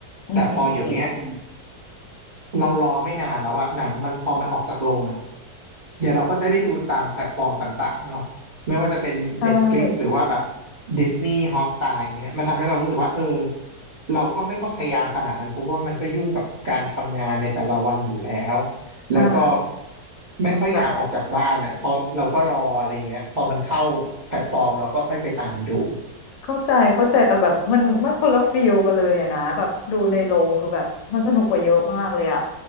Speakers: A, on the left (about 80°); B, on the right (about 80°).
A: อืมจริงจริง
B: แต่พอเดี๋ยวเนี้ย เรารอไม่นานแล้วอะหนังมันพอมันออกจากโรงอะเดี๋ยวเราก็จะได้ดูตามแพลตฟอร์มต่างๆเนาะไม่ว่าจะเป็น
A: ใช่
B: Netflix หรือว่าแบบ Disney Hotstar อย่างเงี้ยมันทำให้เรารู้สึกว่าเออเราก็ไม่ต้องพยายามขนาดนั้นเพราะว่ามันก็ยุ่งกับการทำงานในแต่ละวันอยู่แล้วแล้วก็
A: อ่า
B: ไม่ค่อยอยากออกจากบ้านอะเพอเราก็รออะไรเงี้ยพอมันเข้าแพลตฟอร์มเราก็ค่อยไปตามดู
A: เข้าใจ เข้าใจเข้าใจแต่แบบมันมันคนละฟีลกันเลยอะนะแบบดูในโรงคือแบบมันสนุกกว่าเยอะมากเลยอะ